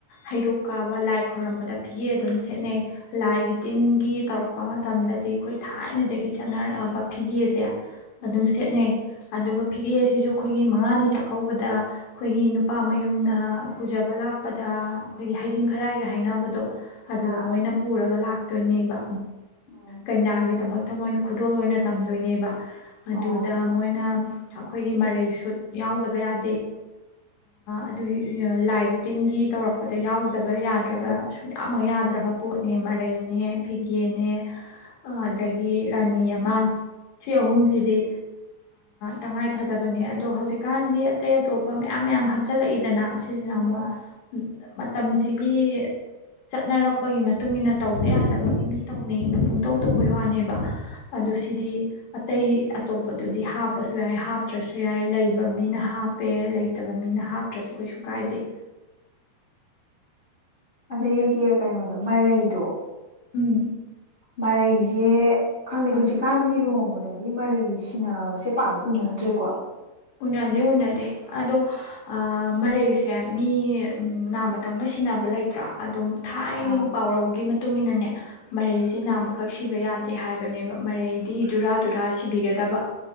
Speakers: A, on the left; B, on the left.
A: ꯍꯩꯔꯨꯛ ꯀꯥꯕ ꯂꯥꯏ ꯈꯣꯏꯔꯝꯕꯗ ꯐꯤꯒꯦ ꯑꯗꯨꯝ ꯁꯦꯠꯅꯩ ꯂꯥꯏꯒꯤ
B: ꯎꯝ
A: ꯇꯤꯟꯒꯤ ꯇꯥꯔꯛ ꯄ ꯃꯇꯝꯗꯗꯤ ꯑꯩꯈꯣꯏ ꯊꯥꯏꯅꯗꯒꯤ ꯆꯠꯅꯔꯛꯑꯕ ꯐꯤꯒꯦꯁꯦ
B: ꯎꯝ
A: ꯑꯗꯨꯝ ꯁꯦꯠꯅꯩ ꯑꯗꯨꯒ ꯐꯤꯒꯦ ꯑꯁꯤꯁꯨ ꯑꯩꯈꯣꯏꯒꯤ ꯃꯉꯥꯅꯤ ꯆꯥꯛꯀꯧꯕꯗ ꯑꯩꯈꯣꯏꯒꯤ ꯅꯨꯄꯥ ꯃꯌꯨꯝꯅ ꯀꯨꯖꯕ ꯂꯥꯛꯄꯗ ꯑꯩꯈꯣꯏꯒꯤ ꯍꯩꯖꯤꯡ ꯈꯔꯥꯏꯒ ꯍꯥꯏꯅꯕꯗꯣ ꯑꯗꯨꯅ
B: ꯑꯥ
A: ꯃꯣꯏꯅ ꯄꯨꯔꯒ ꯂꯥꯛꯇꯣꯏꯅꯦꯕ
B: ꯑꯥ ꯎꯝ
A: ꯀꯩꯅꯥꯒꯤ ꯒꯤ ꯗꯃꯛꯇ ꯃꯣꯏꯅ ꯈꯨꯗꯣꯜ ꯑꯣꯏꯅ ꯇꯝꯗꯣꯏꯅꯦꯕ ꯑꯗꯨꯗ
B: ꯑꯣ
A: ꯃꯣꯏꯅ ꯑꯩꯈꯣꯏꯒꯤ ꯃꯔꯩ ꯁꯨꯠ ꯌꯥꯎꯗꯕ ꯌꯥꯗꯦ ꯑꯗꯨꯒꯤ ꯂꯥꯏꯒꯤ ꯇꯤꯟꯒꯤ ꯇꯧꯔꯛꯄꯗ ꯌꯥꯎꯗꯕ ꯌꯥꯗ꯭ꯔꯕ ꯁꯨꯡꯌꯥꯃꯛ ꯌꯥꯗ꯭ꯔꯕ ꯄꯣꯠꯅꯦ ꯃꯔꯩꯅꯦ ꯐꯤꯒꯦꯅꯦ ꯑꯗꯒꯤ ꯔꯥꯅꯤ ꯑꯃ ꯁꯤ ꯑꯍꯨꯝꯁꯤꯗꯤ ꯇꯉꯥꯏꯐꯗꯕꯅꯦ ꯑꯗꯣ ꯍꯧꯖꯤꯛꯀꯥꯟꯗꯤ ꯑꯇꯩ ꯑꯇꯣꯞ ꯑ ꯃꯌꯥꯝ ꯃꯌꯥꯝ ꯍꯥꯞꯆꯤꯜꯂꯛꯏꯗꯅ ꯣ
B: ꯃꯥꯅꯤ
A: ꯃꯇꯝ ꯁꯤꯒꯤ ꯆꯠꯅꯔꯛꯄꯒꯤ ꯃꯇꯨꯡ ꯃꯇꯨꯡꯏꯟꯅ ꯇꯧꯗ ꯌꯥꯗꯕꯒꯤ ꯃꯤ ꯇꯧꯅꯤ ꯑꯩꯅ ꯄꯨꯡꯇꯧ ꯇꯧꯕꯩ ꯋꯥꯅꯦꯕ ꯑꯗꯨ
B: ꯎꯝ
A: ꯁꯤꯗꯤ ꯑꯇꯩ ꯑꯇꯣꯞꯄꯗꯨꯗꯤ ꯍꯥꯞꯄꯁꯨ ꯌꯥꯏ ꯍꯥꯞꯇ꯭ꯔꯁꯨ ꯌꯥꯏ ꯂꯩꯕ ꯃꯤꯅ ꯍꯥꯞꯄꯦ ꯂꯩꯇꯕ ꯃꯤꯅ ꯍꯥꯞꯇ꯭ꯔꯁꯨ ꯀꯩꯁꯨ ꯀꯥꯏꯗꯦ
B: ꯑꯗꯨꯏꯆꯦ ꯀꯩꯅꯣꯗꯣ ꯃꯔꯩꯗꯣ
A: ꯎꯝ
B: ꯃꯥꯔ ꯁꯦ ꯈꯪꯗꯦ ꯍꯧꯖꯤꯛꯀꯥꯟꯗꯤ ꯂꯨꯍꯣꯡꯕꯗꯗꯤ ꯃꯔꯩ ꯁꯤꯟꯅꯁꯦ ꯄꯥꯛꯝꯅ ꯎꯅꯗ꯭ꯔꯦꯀꯣ
A: ꯎꯅꯗꯦ ꯎꯅꯗꯦ ꯑꯗꯣ ꯃꯔꯩꯁꯦ ꯃꯤ ꯅꯥ ꯃꯇꯝꯒ ꯁꯤꯟꯅꯕ ꯂꯩꯇ꯭ꯔꯥ ꯑꯗꯨꯝ ꯊꯥꯏꯅꯒꯤ
B: ꯑꯥ
A: ꯄꯥꯎꯔꯧꯒꯤ ꯏꯟꯅꯅꯦ ꯃꯔꯩꯁꯦ ꯅꯥꯝꯃꯈꯛ ꯁꯤꯕ ꯌꯥꯗꯦ ꯍꯥꯏꯕꯅꯦꯕ ꯃꯔꯩꯗꯤ ꯖꯨꯔꯥ ꯨꯔꯥ ꯁꯤꯕꯤꯒꯗꯕ